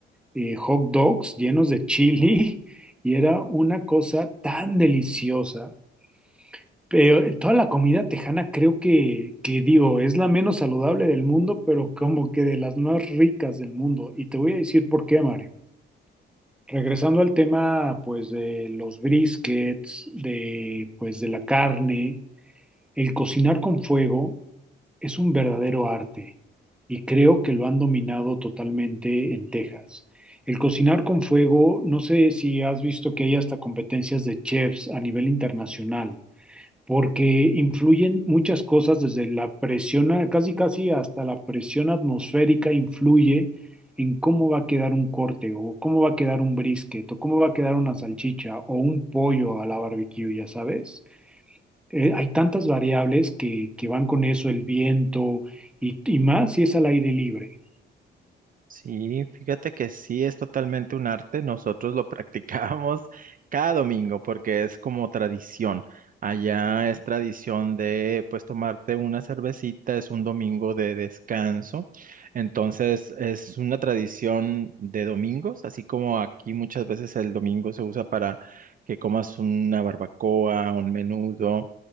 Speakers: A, in the centre; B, on the right.
A: eh, hot dogs llenos de chili <laughs> y era una cosa tan deliciosa. Pero eh, toda la comida tejana creo que, que digo, es la menos saludable del mundo, pero como que de las más ricas del mundo. Y te voy a decir por qué, Mario. Regresando al tema, pues, de los briskets, de, pues, de la carne, el cocinar con fuego es un verdadero arte y creo que lo han dominado totalmente en Texas. El cocinar con fuego, no sé si has visto que hay hasta competencias de chefs a nivel internacional porque influyen muchas cosas desde la presión, a- casi casi hasta la presión atmosférica influye en cómo va a quedar un corte o cómo va a quedar un brisket o cómo va a quedar una salchicha o un pollo a la barbecue, ya sabes. Eh, hay tantas variables que, que van con eso, el viento y, y más si es al aire libre.
B: Sí, fíjate que sí es totalmente un arte. Nosotros lo <laughs> practicamos cada domingo porque es como tradición. Allá es tradición de pues tomarte una cervecita, es un domingo de descanso. Entonces es una tradición de domingos, así como aquí muchas veces el domingo se usa para que comas una barbacoa, un menudo.